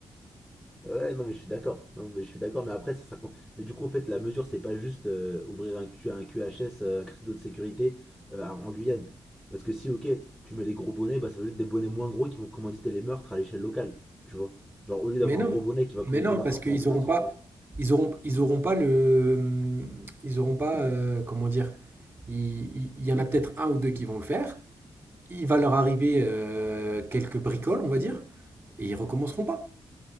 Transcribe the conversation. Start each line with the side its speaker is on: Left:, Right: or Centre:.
Centre: Ouais, non, mais je suis d'accord. Non, mais je suis d'accord. Mais après, ça, ça com- Mais du coup, en fait, la mesure, c'est pas juste euh, ouvrir un, Q, un QHS, euh, un critère de sécurité euh, en en Guyane. Parce que si, ok, tu mets les gros bonnets, bah, ça va juste des bonnets moins gros qui vont commanditer les meurtres à l'échelle locale. Tu vois? Genre, au lieu d'avoir
Right: Mais non,
Centre: un gros bonnet qui va commanditer
Right: mais non,
Centre: des meurtres
Right: parce
Centre: partout
Right: qu'ils
Centre: en France,
Right: n'auront pas, ils auront, ils auront pas le, hum, ils auront pas, euh, comment dire, il, il- il y en a peut-être un ou deux qui vont le faire. Il va leur arriver euh, quelques bricoles, on va dire, et ils recommenceront pas.